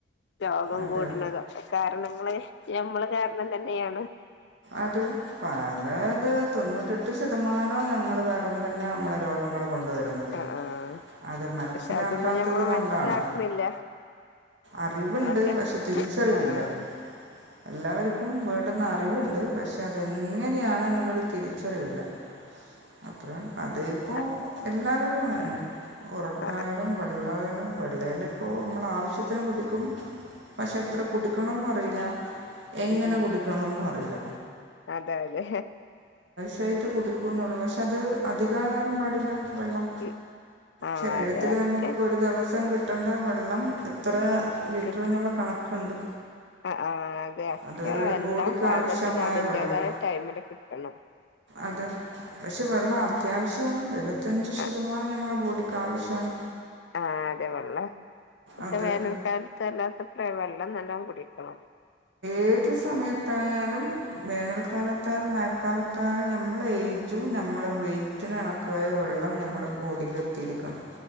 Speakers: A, on the left (about 65°); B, on the right (about 70°).
A: രോഗം
B: അത്
A: കൂടുന്നത് ഒക്കെ കാരണം മ്മ ഞമ്മള് കാരണം തന്നെയാണ്
B: അത് പലത് തൊണ്ണൂറ്റെട്ട് ശതമാനവും ഞങ്ങൾ വേറെ തന്നെ നമ്മളെ രോഗങ്ങൾ കൊണ്ടുവരുന്നത്
A: ആ ആഹ്
B: അത് മനസ്സിലാക്കാത്തത്
A: പക്ഷെ അതൊന്നും നഞമ്മൾ
B: കൊണ്ടാണ്
A: മനസ്സിലാക്കുന്നില്ല
B: അറിവുണ്ട്
A: ഓക്കെ
B: പക്ഷെ തിരിച്ചറിവില്ല
A: ആ ആഹ
B: എല്ലാവർക്കും വേണ്ടുന്ന അറിവുണ്ട് പക്ഷെ അതെങ്ങനെയാാണ്െന്നുള്ളരു തിരിച്ചറിവില്ല അത്രതന്നെ അത ഇപ്പോൊ
A: ആ
B: എല്ലാ അങ്ങനണ്ട് ഉറക്കായാലും
A: ആ
B: വെള്ള വെള്ളൽ ഇപ്പോ നമ്മൾ ആവശ്യ പത്തിന് കുടിക്കും പക്ഷെ എത്ര
A: ഉം
B: കുടിക്കണംന്ന് പറയില്ല ല്ല എങ്ങനെ
A: ഉം ഉം
B: കുടിക്കണന്നും അറിയില്ല
A: അതെ അതെ
B: കൃത്യായിട്ട് കുടുക്കുന്നെ ഉള്ളൂ പക്ഷേ അത് അധിക ആകാനും പാടില്ല വെള്ളം
A: ഉം ആ
B: ശരീരത്തിൽ
A: അതെ ഒക്കെ
B: നമുക്കിപ്പോ ഒരു ദിവസം കിട് <inaudible> വെള്ളം ഇത്ര ലിറ്ററെന്നിള്ള
A: കിട്ടും
B: കണക്കെണ്ട്
A: ആ ആ അതെ ഒക്കെ
B: അതവരരു
A: എല്ലാം
B: ബോഡിക്ക്
A: പാകത്തിന്
B: ആവശ്യമായ
A: അതിന്റേതായ
B: വെള്ളം
A: ടൈമില് കിട്ടണം
B: അത പക്ഷെ വെള്ളം
A: ഉം ഉം
B: അത്യാവശ്യാണ് എഴുപത്തഞ്ച് ശതമാനം
A: ആ
B: ഞമ്മള ബോഡി ക്കാവശ്യാണ്
A: ആഹ അതേ വെള്ള ഇക്ക
B: അതെ
A: വേനൽ കാലത്ത് അല്ലാത്ത <unintelligible> എല്ലാം നല്ലോം കുടിക്കണം
B: ഏത് സമയത്തായാലും വേനൽക്കാലത്താൽ മഴക്കാലത്തായാലും നമ്മള ഏജും നമ്മളെ വെറ്റിനണക്കായ വെള്ളം നമ്മളെ ബോഡിൽ എത്തിയിരിക്കണം